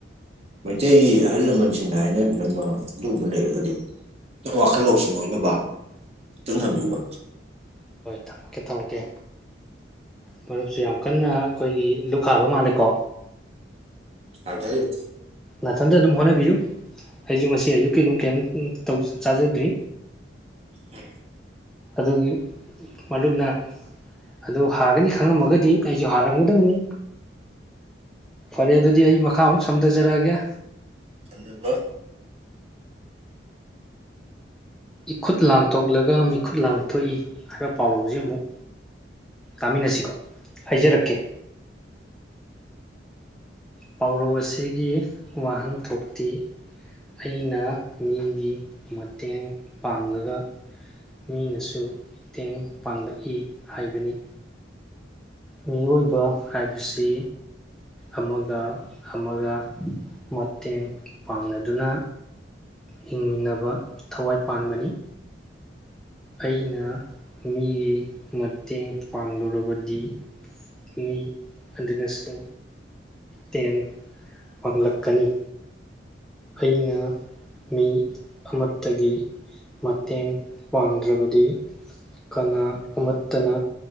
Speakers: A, on the right; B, in the centre.
A: ꯃꯩꯇꯩꯒꯤ ꯑꯍꯜ ꯂꯃꯟꯁꯤꯡꯅ ꯍꯥꯏꯅꯕꯤꯔꯝꯕ ꯑꯗꯨꯒꯨꯝꯕ ꯂꯩꯔꯒꯗꯤ ꯋꯥꯈꯜ ꯂꯧꯁꯤꯡꯕ ꯈꯤꯇꯪ ꯊꯝꯕꯤꯌꯨꯕ
B: ꯊꯝꯃꯀꯦ ꯊꯝꯃꯀꯦ ꯃꯔꯨꯞꯁꯨ ꯌꯥꯝ ꯀꯟꯅ ꯑꯩꯈꯣꯏꯒꯤ ꯂꯨꯈꯥꯕ ꯃꯥꯜꯂꯦꯀꯣ
A: ꯑꯗꯨꯗꯩ
B: ꯂꯥꯊꯟꯗ ꯑꯗꯨꯝ ꯍꯣꯠꯅꯕꯤꯌꯨ ꯑꯩꯁꯨ ꯉꯁꯤ ꯑꯌꯨꯛꯀꯤ ꯑꯗꯨꯝ ꯀꯩ ꯆꯥꯖꯗ꯭ꯔꯤ
A: ꯎꯝ
B: ꯑꯗꯨꯒꯤ ꯃꯔꯨꯞꯅ ꯑꯗꯨꯗ ꯍꯥꯒꯅꯤ ꯈꯪꯉꯝꯃꯒꯗꯤ ꯑꯩꯁꯨ ꯍꯥꯔꯝꯒꯗꯕꯅꯤ ꯐꯔꯦ ꯑꯗꯨꯗꯤ ꯑꯩ ꯃꯈꯥ ꯑꯃꯨꯛ ꯁꯝꯊꯖꯔꯛꯑꯒꯦ
A: ꯀꯗꯄ
B: ꯏꯈꯨꯠ ꯂꯥꯟꯊꯣꯛꯂꯒ ꯃꯤꯈꯨꯠ ꯂꯥꯟꯊꯣꯛꯏ ꯍꯥꯏꯕ ꯄꯥꯎꯔꯧꯁꯦ ꯑꯃꯨꯛ ꯀꯥꯃꯤꯟꯅꯁꯤꯀꯣ ꯍꯥꯏꯖꯔꯛꯀꯦ ꯄꯥꯎꯔꯧ ꯑꯁꯤꯒꯤ ꯋꯥꯍꯟꯊꯣꯛꯇꯤ ꯑꯩꯅ ꯃꯤꯒꯤ ꯃꯇꯦꯡ ꯄꯥꯡꯂꯒ ꯃꯤꯅꯁꯨ ꯃꯇꯦꯡ ꯄꯥꯡꯂꯛꯏ ꯍꯥꯏꯕꯅꯤ ꯃꯤꯑꯣꯏꯕ ꯍꯥꯏꯕꯁꯤ ꯑꯃꯒ ꯑꯃꯒ ꯃꯇꯦꯡ ꯄꯥꯡꯅꯗꯨꯅ ꯍꯤꯡꯃꯤꯟꯅꯕ ꯊꯋꯥꯏ ꯄꯥꯟꯕꯅꯤ ꯑꯩꯅ ꯃꯤꯒꯤ ꯃꯇꯦꯡ ꯄꯥꯡꯂꯨꯔꯕꯗꯤ ꯃꯤ ꯑꯗꯤꯅꯥꯁꯨ ꯇꯦꯡ ꯄꯥꯡꯂꯛꯀꯅꯤ ꯑꯩꯅ ꯃꯤ ꯑꯃꯠꯇꯒꯤ ꯃꯇꯦꯡ ꯄꯥꯡꯗ꯭ꯔꯕꯗꯤ ꯀꯅꯥ ꯑꯃꯠꯇꯅ